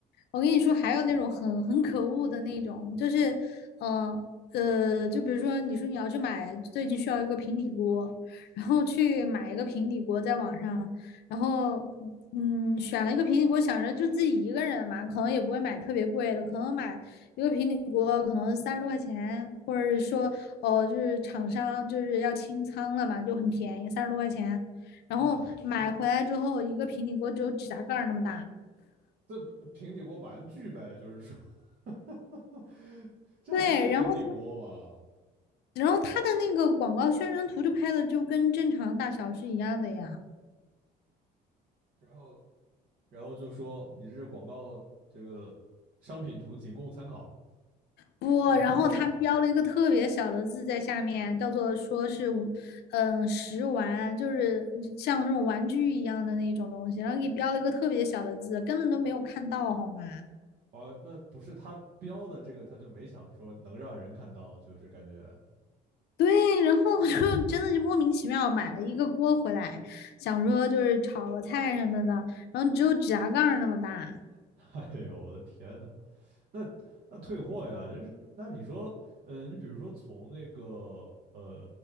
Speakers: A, on the left; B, on the right.
A: 我跟你说，还有那种很很可恶的那种，就是，嗯，呃，就比如说，你说你要去买最近需要一个平底锅，然后去买一个平底锅，在网上，然后嗯，选了一个平底锅，想着就自己一个人嘛，可能也不会买特别贵的，可能买一个平底锅可能三十多块钱，或者是说哦，就是厂商就是要清仓了嘛，就很便宜，三十多块钱，然后买回来之后，
B: 嗯，
A: 一个平底锅只有指甲盖儿那么大。
B: 这不平底锅玩具呗，就是说，<laughs> 这还是平底锅吗？
A: 对，然后他然后他的那个广告宣传图就拍的就跟正常大小是一样的呀。
B: 然后然后就说你这广告这个商品图仅供参考，
A: 不，
B: 然后就
A: 然后他标了一个特别小的字在下面，叫做说是五嗯，食玩，就是像那种玩具一样的那种东西，然后给标了一个特别小的字，根本都没有看到，好吗？
B: 啊，那不是他标的这个，他就没想说能让人看到，就是感觉，
A: 对，然后我就真的就莫名其妙买了一个锅回来，想说就是炒个菜什么的，然后只有指甲盖儿那么大。
B: <laughs> 哎呦我的天呐，那那退货呀，就是那你说，嗯、呃你比如说从那个呃